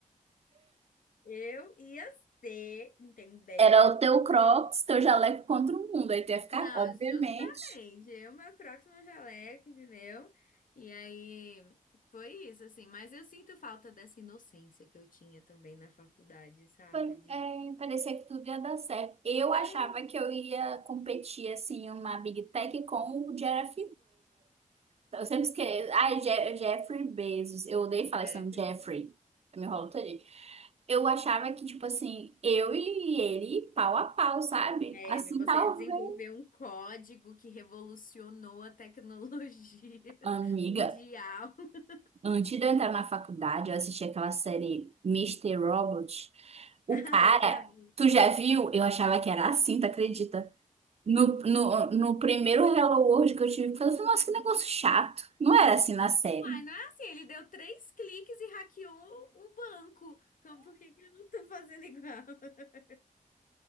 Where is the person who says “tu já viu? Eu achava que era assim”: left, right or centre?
Right